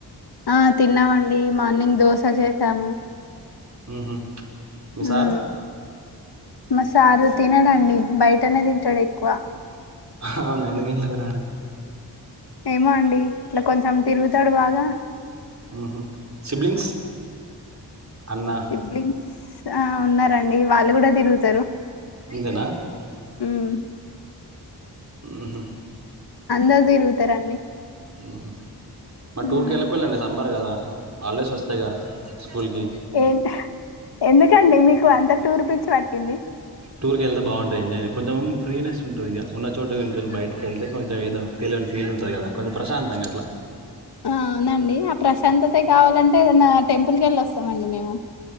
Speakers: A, on the left; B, on the right.
A: ఆ తిన్నామండి మార్నింగ్ దోశ చేసాము
B: ఉహు మీ
A: మ్మ్.
B: సార్
A: మా సార్ తినడండి. బయటనే తింటాడు. ఎక్కువ
B: అవున ఎందుకు ఇంటిలో తిన్నాడు
A: ఏమో అండి. ఇట్లా కొంచెం తిరుగుతాడు బాగా.
B: ఉహు సిబ్లింగ్స్. అన్న
A: సిబ్లింగ్స్ ఆ ఉన్నారండి. వాళ్ళు కూడా తిరుగుత్ తరు
B: ఇంతేనా
A: హ్
B: ఉహు
A: అందరు తిరుగుతారండి
B: ఉహు మరి
A: ఉమ్
B: టూర్కి వెళ్ళిపోళ్ళండి సమ్మర్ కదా. హాలిడేస్ వస్తాయిగా స్కూల్కి
A: ఏంటి ఎందుకండి మీకు అంత టూర్ పిచ్చి పట్టింది.
B: టూర్ కి వెళ్తే బాగుంటాది ఎంజాయ్ చేయ్ కొంచెం ఫ్రీ నెస్ ఉంటది ఇగ ఉన్న చోట నుంచి గేలి బయటకి కెళ్తే కొంచెం ఏదో తెలియని ఫీల్ ఉంటది కదా. కొంచెం ప్రశాంతంగా అట్లా.
A: అ అవునండి ఆ ప్రశాంతతే కావాలంటే ఏదైనా టెంప్ టెంపుల్ కేళి వస్తమండి మేము